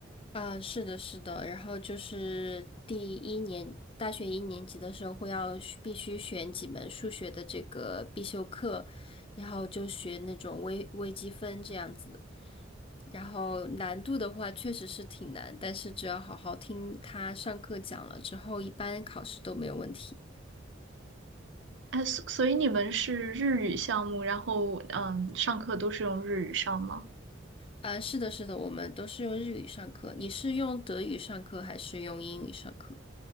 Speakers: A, on the left (about 30°); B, on the right (about 65°).
A: 嗯，是的，是的，然后就是第一年，大学一年级的时候会要学必须选几门数学的这个必修课，然后就学那种微微积分这样子。然后难度的话确实是挺难，但是只要好好听他上课讲了之后，一般考试都没有问题。
B: 哎，所所以你们是日语项目，然后嗯，上课都是用日语上吗？
A: 呃，是的，是的，我们都是用日语上课。你是用德语上课还是用英语上课？